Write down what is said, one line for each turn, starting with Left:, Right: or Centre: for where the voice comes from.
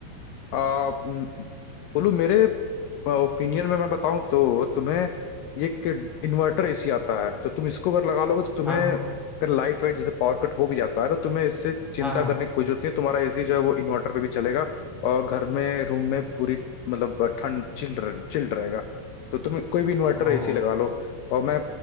Left: आ, म, बोलू मेरे ओपिनियन में मैं बताऊं तो तुम्हें ये कि इन्वर्टर एसी आता है तो तुम इसको अगर लगा लोगे तो तुम्हें
Centre: हाँ
Left: अगर लाइट वाइट जैसे पावर कट हो भी जाता है तो तुम्हें इससे चिंता
Centre: हाँ हाँ हाँ
Left: करने की कोई जरूरत नहीं है। तुम्हारा एसी जो है वो इन्वर्टर पे भी चलेगा और घर में रूम में पूरी मतलब ठंड चिल चिल रहेगा तो तुम कोई भी इन्वर्टर
Centre: ओ
Left: एसी लगा लो और मैं